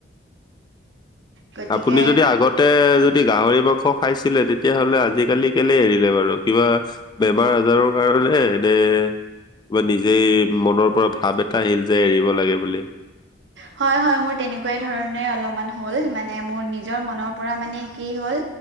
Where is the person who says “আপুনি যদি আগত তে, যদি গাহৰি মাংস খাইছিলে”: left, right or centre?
Left